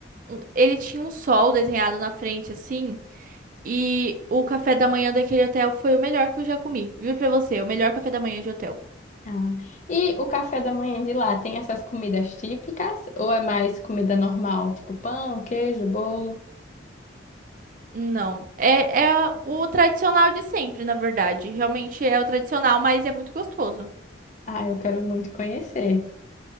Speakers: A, on the right; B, on the left.
A: um- Ele tinha um sol desenhado na frente assim. E o café da manhã daquele hotel foi o melhor que eu já comi. Viu pra você, o melhor café da manhã de hotel.
B: Ah. E o café da manhã de lá tem essas comidas típicas ou é mais comida normal, tipo pão, queijo, bolo?
A: Não, é, é o tradicional de sempre, na verdade. Realmente é o tradicional, mas é muito gostoso.
B: Ah, eu quero muito conhecer.